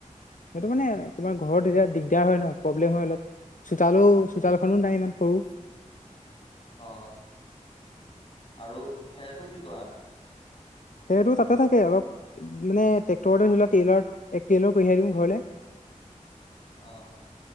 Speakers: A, on the left; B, on the left.
A: সেইটো মানে তোমাৰ ঘৰত এতিয়া দিগদাৰ হয় ন প্ৰব্লেম হয় অলপ। চোতালো, চোতালখনো নাই ইমান সৰু।
B: অঁ আৰু খেৰটো কি কৰা?
A: সেইটো তাতে থাকে অলপ মানে টেক্টৰতে থৰিলো টেইলাৰ এক টেইলৰ কঢ়িয়াই দিওঁ ঘৰলৈ। <inaudible>
B: অ।